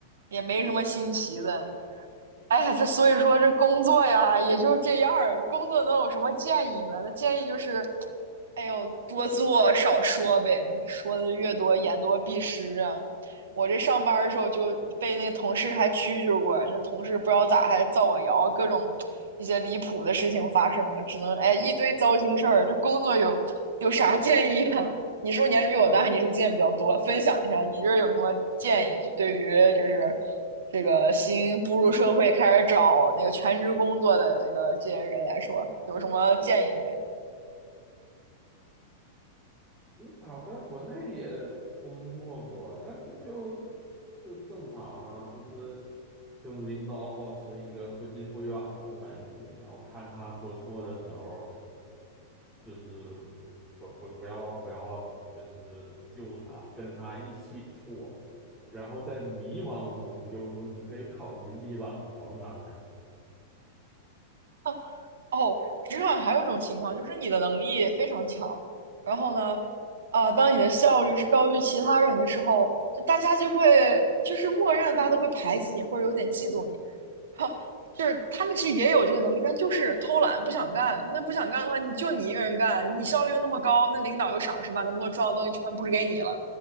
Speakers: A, on the right; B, in the centre.
A: 也没什么新奇的。哎呀，这所以说这工作呀，也就这样儿。工作能有什么建议呢？那建议就是，哎呦，多做少说呗，说的越多，言多必失啊。我这上班儿的时候就被那同事还蛐蛐过，那同事不知道咋还造我谣，各种一些离谱的事情发生了，只能哎一堆糟心事儿。这工作有有啥建议啊？你是不是年龄比我大？你是不是经验比较多？分享一下，你这儿有什么建议？就对于就是这个新步入社会开始找那个全职工作的这个这些人来说，有什么建议没？
B: 啊，我在国内也工作过，但是就就正常啊，就是跟领导保持一个不近不远的关系，然后看他做错的时候，就是不不不要不要，就是救他，跟他一起错，然后在迷茫中，有时候你可以考虑力挽狂澜。<laughs>
A: 啊，哦，职场还有一种情况，就是你的能力非常强，然后呢，啊，当你的效率是高于其他人的时候，就大家就会就是默认大家都会排挤你，或者有点嫉妒你。哈，就是他们其实也有这个能力，但就是偷懒不想干。那不想干的话，你就你一个人干，你效率又那么高，那领导又赏识，把那么多重要的东西全布置给你了。